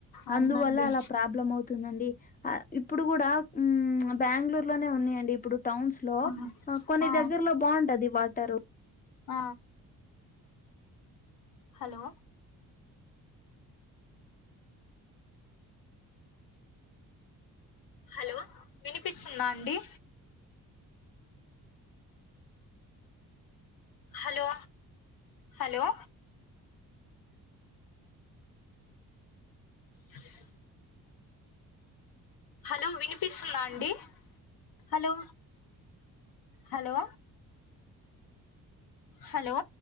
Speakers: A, on the left; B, on the left.
A: అవునండి
B: అందువల్ల అలా ప్రాబ్లం అవుతుందండి ఆ ఇప్ తె. ఇప్పుడు కూడా ఊ బెంగళూరు లోనే ఉన్నాయండి ఇప్పుడు. టౌన్స్ లో
A: ఆ
B: కొన్ని
A: ఆ
B: దగ్గర లో బాగుంటది వాటర్.
A: ఆ. హలో. హలో వినిపిస్తుందా అండి. Hello hello. హా హలో వినిపిస్తున్నా అండి హలో హలో. హలో.